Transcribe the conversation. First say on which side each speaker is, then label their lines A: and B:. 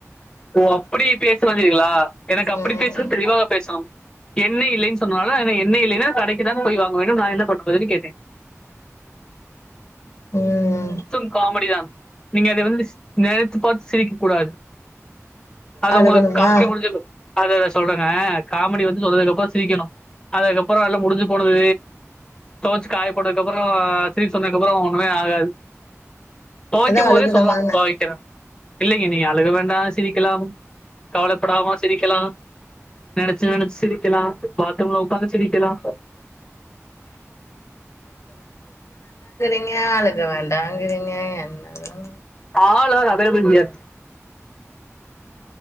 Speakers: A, on the left; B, on the left.
A: ஓ அப்படி பேச வந்தீர்களா எனக்கு அப்படி
B: ம்
A: பேசுன் தெளிவாக பேசவும் என்ணெய் இல்லேன் சொன்னால என்னை எண்ணெ இல்லேன்னா கடைக்கு தா போய் வாங்க வேண்டும் நா என்ன பண் <inaudible> போதுன்னு கேட்ட
B: ம்
A: <inaudible> காமெடி தான் நீங்க அது வந்து <unintelligible> த்து பாத்து சிரிக்க கூடாது அது
B: அழுகணுமா
A: உங்குளுக் <inaudible> அதத சொல்றங்க காமெடி வந்து சொன்னறதுக்குப்புறோ சிரிக்கனோ அதுக்கப்பறோ எல்லா முடிஞ்சு போனது தொவச்சு காய போட்டதுகப்பறோ சிரிக் சொன்னதுக்கப்புறோ ஒண்ணுமே ஆகாது தோய்க்கும்
B: அதா அழுகணுமான்னு
A: போதே சொல் <inaudible> தொவக்கிறே இல்லேங்க நீங்க அழுக வேண்டா சிரிக்கலாம் கவலைப்படாமா சிரிக்கலாம் நெனச்சு நெனச் சிரிக்கலாம் பா த்ரூம்ல உக்காந்து சிரிக்கலா
B: <unintelligible> வேண்டாங்குறீங்க என்னதான்
A: ஆவார் அவைலபிள் இன் யெர்த்